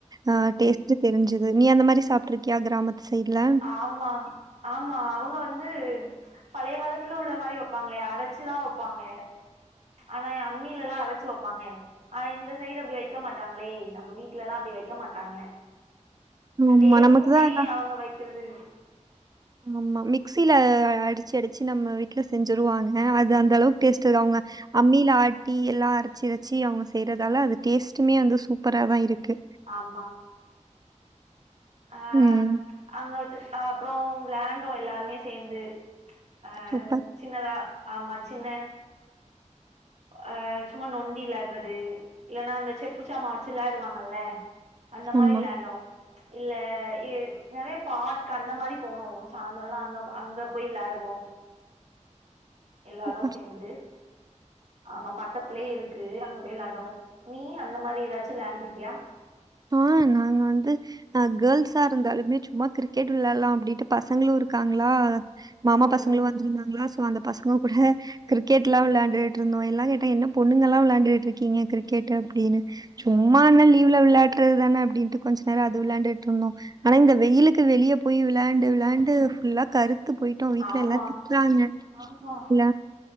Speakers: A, on the right (about 60°); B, on the right (about 30°).
A: ம்
B: ஆ டேஸ்ட் தெரிஞ்சுது நீ அந்த மாரி சாப்ட்டு இருக்கியா கிராமத்து சைட்ல
A: ஆமா ஆமா அவுங்க வந்து பழைய காலத்ல உள்ள மாரி வெப்பாங்களே அரச்சுலா வெப்பாங்கே ஆனா எ அம்மிலல்லா அரச்சு வெப்பாங்கே ஆனா இந்த சைடு அப்டி வெக்க மாட்டாங்களே நம்ம வீட்லலா அப்டி வெக்க மாட்டாங்க
B: ஆமா.
A: டேஸ்ட்டுமே
B: நமக்கு தான்
A: அவங்க வெக்கிறது
B: மம்மா மிக்சில அடிச்சி அடிச்சி நம்ம வீட்ல செஞ்சிருவாங்க அது அந்தளவுக் டேஸ்ட்டு இர் அவுங்க அம்மில ஆட்டி எல்லா அரச்சுரச்சி அவுங்க செய்றதால அது டேஸ்ட்டுமே வந்து சூப்பராதா இருக்கு
A: ஆமா அ
B: ம்.
A: அங்க வெச்சு ஆப்றோ வ்ளாண்டோ எல்லாருமே சேந்து அ
B: சூப்பர்.
A: சின்னதா ஆமா சின்ன அ சும்மா நொண்டி விளாட்றது இல்லனா அந்த செப்பு சாமா வெச்சு விளாடுவாங்கல்ல அந்த மாரி
B: ஆமா.
A: விளாண்டோ இல்ல இ நெறைய பார்க் அந்த மாரிப் போனோ சாந்திரலா அங்கம் அங்கப் போய் விளாடுவோ எல்லாரு
B: சூப்பர்.
A: சேந்து ஆமா பக்கத்துலே இருக்கு அங்க போய் விளாண்டோ நீ அந்த மாரி எதாச்சு விளாண்ட்ருக்கியா
B: ஆ நாங்க வந்து அ கேர்ள்சா இருந்தாலுமே சும்மா கிரிக்கெட் விளால்லா அப்டிட்டு பசங்ளு இருக்காங்ளா மாமா
A: ம்
B: பசங்ளு
A: ம்
B: வந்துருந்தாங்ளா சோ அந்தப் பசங்க கூட கிரிக்கெட்லா விளாண்டுட்ருந்தோ எல்லாம் கேட்டா என்னப் பொண்ணுங்கல்லா விளாண்டுட்ருக்கீங்க கிரிக்கெட்டு அப்டினு சும்மா என்னா லீவ்ல விளாட்றதுதானே அப்டின்ட்டு கொஞ்ச நேரோ அது விளாண்டுட்ருந்தோ ஆனா இந்த வெயிலுக்கு வெளியப் போய் விளாண்டு விளாண்டு ஃபுல்லாக் கருத்து போயிட் ட்டு வீட்ல
A: ஆமா
B: எல்லாத் திட்றாங்க
A: ஆமா
B: இல்ல